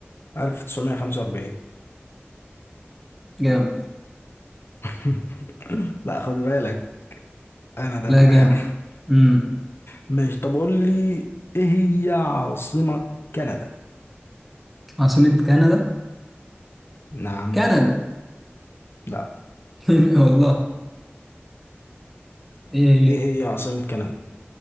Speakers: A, on the left; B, in the centre.
A: 1945
B: جامد
A: <laughs> لا خد بالك انا دباح
B: لا جامد امم
A: ماشي طب قول لي ايه هي عاصمة كندا
B: عاصمة كندا؟
A: نعم
B: كندا
A: لا
B: <laughs> والله إيه هي؟
A: ايه هي عاصمة كندا